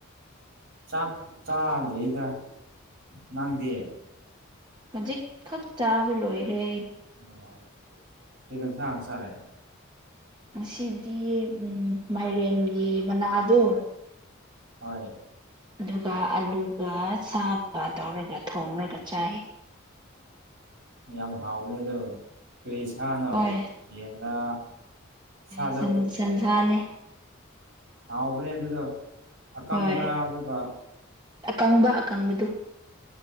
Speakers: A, on the right; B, on the right.
A: ꯆꯥꯛ ꯆꯥꯗ꯭ꯔꯤꯗ ꯅꯪꯗꯤ
B: ꯍꯧꯖꯤꯛꯈꯛ ꯆꯥꯕ ꯂꯣꯏꯔꯦ
A: ꯑꯣ ꯀꯤ ꯢꯟꯁꯥꯡ ꯆꯥꯔꯦ
B: ꯉꯁꯤꯗꯤ ꯎꯝ ꯃꯥꯏꯔꯦꯟꯒꯤ ꯃꯅꯥꯗꯣ
A: ꯍꯣꯢ
B: ꯑꯗꯨꯒ ꯑꯂꯨꯒ ꯁꯥꯒ ꯇꯧꯔꯒ ꯊꯣꯡꯉꯒ ꯆꯥꯏ
A: ꯌꯥꯝ ꯍꯥꯎꯅꯤ ꯑꯗꯨ ꯀꯔꯤꯁꯥꯅꯣ
B: ꯍꯣꯏ
A: ꯌꯦꯟꯂꯥ ꯁꯥꯗꯣ
B: ꯁꯟ ꯁꯟꯁꯥꯅꯦ
A: ꯍꯥꯎꯕꯅꯤ ꯑꯗꯨꯗꯣ ꯑꯀꯪꯕ꯭ꯔꯥ
B: ꯍꯣꯏ
A: ꯑꯗꯨꯒ
B: ꯑꯀꯪꯕ ꯑꯀꯪꯕꯗꯨ